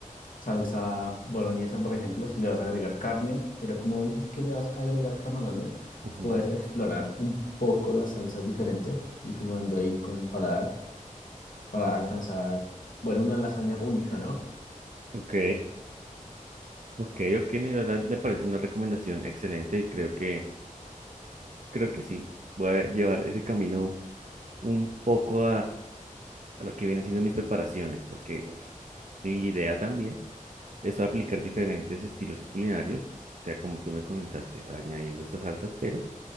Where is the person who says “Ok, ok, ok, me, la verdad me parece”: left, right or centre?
Right